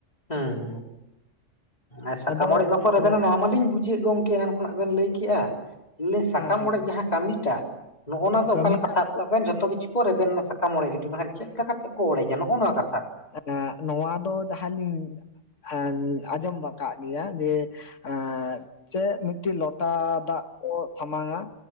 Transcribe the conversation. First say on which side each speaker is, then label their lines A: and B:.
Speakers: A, on the left (about 30°); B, on the left (about 75°).
A: ᱦᱩᱸ ᱟᱨ ᱥᱟᱠᱟᱢ
B: ᱟᱫᱚ
A: ᱚᱲᱮᱡ ᱢᱟᱠᱚ ᱨᱮᱵᱮᱱᱟ
B: ᱦᱮᱸ
A: ᱱᱚᱣᱟ ᱢᱟᱞᱤᱧ ᱵᱩᱡᱼᱼ ᱪᱮᱫ ᱜᱚᱝᱠᱮ ᱮᱱᱟᱝ ᱠᱷᱚᱱᱟᱜ ᱵᱮᱱ ᱞᱟᱹᱭ ᱠᱮᱜᱼᱟ ᱞᱤᱧ ᱥᱟᱠᱟᱢ
B: ᱦᱮᱸ
A: ᱚᱲᱮᱡ ᱡᱟᱸᱦᱟ ᱠᱟᱹᱢᱤᱴᱟᱜ ᱱᱚᱜ ᱱᱚᱣᱟ ᱫᱚ
B: ᱠᱟᱹᱢᱤᱴᱟᱜ
A: ᱚᱠᱟ ᱞᱮᱠᱟ ᱥᱟᱵ ᱠᱟᱜ ᱵᱮᱱ ᱡᱷᱚᱛᱚ ᱠᱤᱪᱷᱩ ᱠᱚ ᱨᱮᱵᱮᱱ ᱱᱟ ᱥᱟᱠᱟᱢ ᱚᱲᱮᱡ ᱞᱟᱹᱜᱤᱫ ᱪᱮᱫ ᱞᱮᱠᱟ᱾ ᱠᱟᱛᱮ ᱠᱚ ᱚᱲᱮᱡᱼᱟ ᱱᱚᱜ ᱱᱚᱣᱟ ᱠᱟᱛᱷᱟ᱾
B: ᱮ ᱱᱚᱣᱟ ᱫᱚ ᱡᱟᱦᱟᱸᱞᱤᱧ ᱮ ᱟᱸᱡᱚᱢ ᱠᱟᱜ ᱜᱮᱭᱟ ᱡᱮ᱾ ᱮ ᱪᱮᱜ ᱢᱤᱫᱴᱮᱡ ᱞᱚᱴᱟ ᱫᱟᱜ ᱠᱚ ᱛᱷᱟᱢᱟᱝᱼᱟ᱾